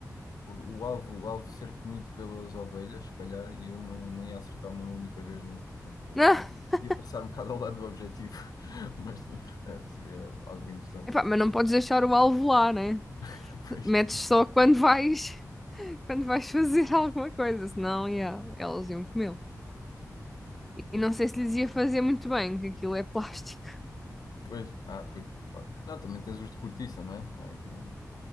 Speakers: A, on the left (about 75°); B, in the centre.
A: por o alvo, o alvo ser comido pelas ovelhas, se calhar, e eu não, não ia acertar uma única vez nele. Portanto, eu-
B: <laughs> Ah,
A: eu ia passar um bocado ao lado do objetivo, <laughs> mas sim, eh, seria algo interessante.
B: epá, mas não podes deixar o alvo lá, né?
A: <laughs> Pois,
B: Metes
A: exato.
B: só quando vais, <laughs> quando vais fazer <laughs> alguma coisa, senão, yeah, elas iam comê-lo.
A: Sim.
B: E não sei se lhes ia fazer muito bem, que aquilo é plástico.
A: Pois, ah, pois, claro. Não, também tens os de cortiça, não é? Ai, eh,